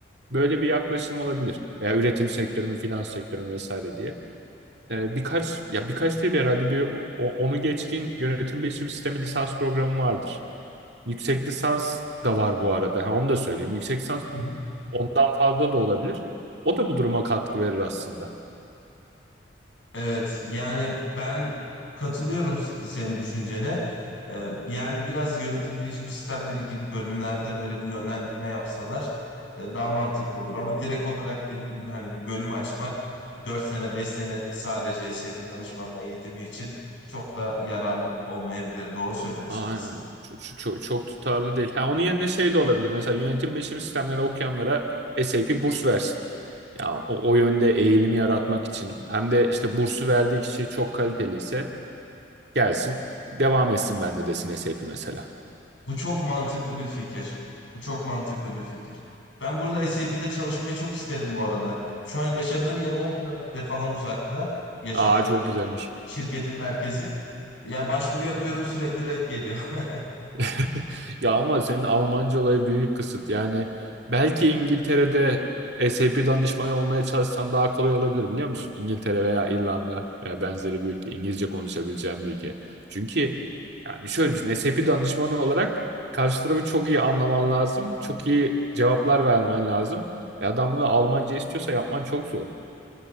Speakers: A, on the right; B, on the left.
A: Böyle bir yaklaşım olabilir. Veya üretim sektörü mü, finans sektörü mü vesaire diye e, birkaç ya birkaç değil herhalde bir o- onu geçkin yönetim bilişim sistemi lisans programı vardır. Yüksek lisans da var bu arada. Ha, onu da söyleyeyim. Yüksek lisans
B: <laughs>
A: ondan fazla da olabilir. O da bu duruma katkı verir aslında.
B: Evet, yani ben katılıyorum s- senin düşüncene. Ee, yani biraz yönetim bilişim sistemleri gibi bölümlerde böyle bir yönlendirme yapsalar e, daha mantıklı olur. Ama direkt olarak dediğim gibi hani bir bölüm açmak, bir 4 sene 5 sene sadece SAP danışmanlığı eğitimi için çok da yararlı olmayabilir. Doğru söylüyorsun
A: Aynen
B: aslında.
A: öyle. Çok, çok, çok tutarlı değil. Ha, onun yerine şey de olabilir. Mesela yönetim bilişim sistemleri okuyanlara SAP burs versin. Ya o, o yönde eğilimi yaratmak için hem de işte bursu verdiği kişi çok kaliteliyse gelsin devam etsin bende desin SAP mesela.
B: Bu çok mantıklı bir fikir. Bu çok mantıklı bir fikir. Ben burada SAP'de çalışmayı çok isterim bu arada. Şu an yaşadığım yere 10 kilometre falan uzakta yaşadığı
A: Aa çok güzelmiş.
B: şirketin merkezi. Yani başvuru yapıyorum sürekli red geliyor. <laughs>
A: <laughs> Ya ama senin Almanca olayı büyük kısıt. Yani belki İngiltere'de SAP danışmanı olmaya çalışsan daha kolay olabilir biliyor musun? İngiltere veya İrlanda veya benzeri bir ülke. İngilizce konuşabileceğin bir ülke. Çünkü yani şöyle düşün. SAP danışmanı olarak karşı tarafı çok iyi anlaman lazım. Çok iyi cevaplar vermen lazım. E adam bunu Almanca istiyorsa yapman çok zor.